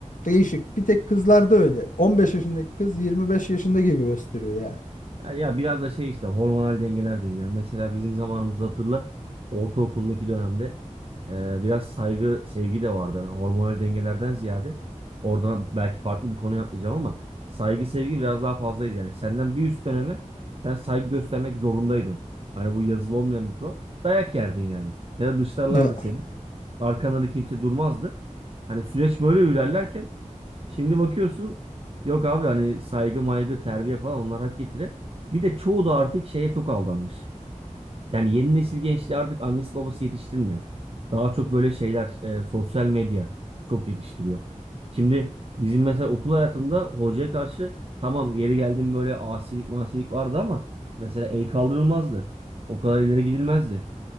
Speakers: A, on the left; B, on the right.
A: değişik. Bir tek kızlarda öyle. 15 yaşındaki kız 25 yaşında gibi gösteriyor ya.
B: Ya, ya biraz da şey işte hormonal dengeler diyeyim ya. Mesela bizim zamanımızda hatırla ortaokuldaki dönemde e, biraz saygı, sevgi de vardı. Yani hormonal dengelerden ziyade oradan belki farklı bir konuya atlayacağım ama saygı, sevgi biraz daha fazlaydı yani. Senden bir üst döneme sen saygı göstermek zorundaydın. Hani bu yazılı olmayan bir kural. Dayak yerdin yani. Ya da dışlarlardı
A: Ya
B: seni. Arkanda da kimse durmazdı. Hani süreç böyle ilerlerken şimdi bakıyorsun yok abi hani saygı maygı terbiye falan onlar hak getire. Bir de çoğu da artık şeye çok aldanmış. Yani yeni nesil gençliği artık annesi babası yetiştirmiyor. Daha çok böyle şeyler e, sosyal medya çok yetiştiriyor. Şimdi bizim mesela okul hayatında hocaya karşı tamam yeri geldim böyle asilik masilik vardı ama mesela el kaldırılmazdı. O kadar ileri gidilmezdi.